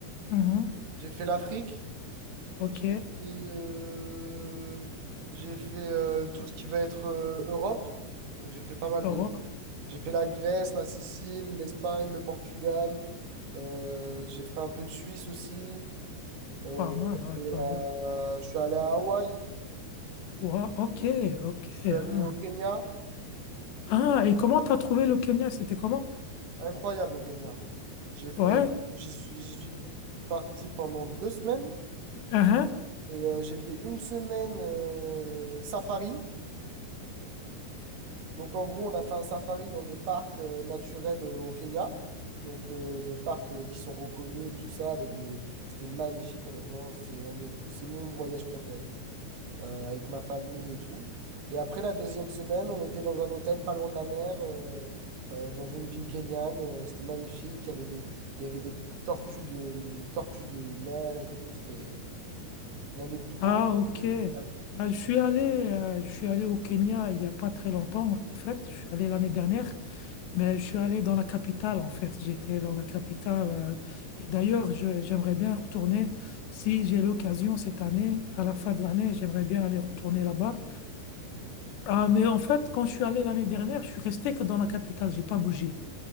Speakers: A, on the left; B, on the right.
A: Mhm.
B: j'ai fait l'Afrique,
A: Ok,
B: j'ai fait, euh, j'ai fait euh, tout ce qui va être euh, Europe. Donc j'ai fait pas mal
A: Europe,
B: de. J'ai fait la Grèce, la Sicile, l'Espagne, le Portugal. Euh, j'ai fait un peu de Suisse aussi. Euh,
A: pas mal, ouais,
B: je
A: pas
B: suis à-
A: mal.
B: je suis allé à Hawaï.
A: Ouah, ok, ok.
B: Je suis allé
A: Ah,
B: au Kenya.
A: Ah, et comment t'as trouvé le Kenya? C'était comment?
B: Incroyable, le Kenya. J'ai fait,
A: Ouais,
B: j'y suis, j'y suis parti pendant deux semaines
A: uhum.
B: et euh, j'ai fait une semaine euh, safari. Donc, en gros, on a fait un safari dans des parcs euh, naturels euh, au Kenya. Donc, euh, des parcs euh, qui sont reconnus et tout ça avec des, c'était magnifique, honnêtement. C'est l'un des, c'est mon voyage préféré. euh, avec ma famille et tout. Et après la deuxième semaine, on était dans un hôtel pas loin de la mer, euh, euh, dans une ville kenyane. Euh, c'était magnifique. Il y avait des, il y avait des tortues de, mm, tortues de mer et tout. C'était l'un des plus beaux
A: Ah,
B: voyages
A: ok.
B: que j'ai pu faire.
A: Ah, je suis allé, euh, je suis allé au Kenya il n'y a pas très longtemps, en fait. Je suis allé l'année dernière, mais je suis allé dans la capitale, en fait. J'étais dans la capitale. euh, et d'ailleurs, je- j'aimerais bien retourner, si j'ai l'occasion cette année, à la fin de l'année, j'aimerais bien aller retourner là-bas. Ah, mais en fait, quand je suis allé l'année dernière, je suis resté que dans la capitale. J'ai pas bougé.